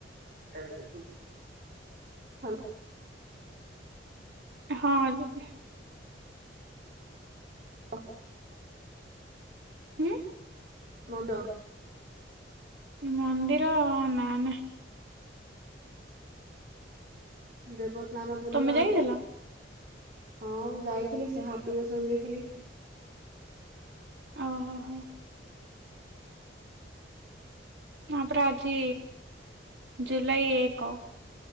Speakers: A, on the right (about 55°); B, on the right (about 70°).
A: <unintelligible> ହାଲୋ
B: ହଁ ଦିଦି।
A: <inaudible>
B: ଉୁଁ।
A: ମଣ୍ଡ
B: ମନ୍ଦିର ନା ନାଇଁ।
A: ଦେବସ୍ନାନ ପୂର୍ଣ୍ଣିମା
B: ତମେ ଯାଇଥିଲ
A: ହଁ ମୁଁ ଯାଇଥିଲି ସେ ହାତୀ ବେଶ ବି ଦେଖିଲି।
B: ଓହୋ ହୋ ହୋ। ହ ପରା ଆଜି ଜୁଲାଇ ଏକ।